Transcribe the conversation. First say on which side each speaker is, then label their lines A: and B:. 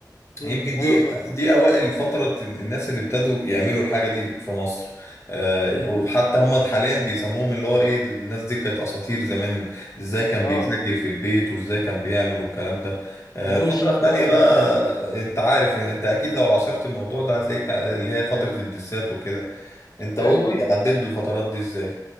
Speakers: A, on the left (about 60°); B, on the left (about 40°).
A: مم.
B: يمكن دي
A: ايوه فعلا
B: دي اوائل فتره الناس اللي ابتدوا يعملوا الحاجه دي في مصر آه،
A: مم.
B: وحتى هم حاليا بيسموهم اللي هو ايه د- الناس دي كانت اساطير زمان ازاي كان
A: اه
B: بيسجل في البيت وازاي كان بيعمل والكلام ده آه،
A: الاو
B: الفتره
A: جيز
B: التانيه
A: بقى والناس
B: بقى
A: دي
B: آه، انت عارف انت اكيد لو عاصرت الموضوع ده هتلاقيك اللي هي فتره الدسات وكده انت
A: ايوه
B: قول لي عديت بالفترات دي ازاي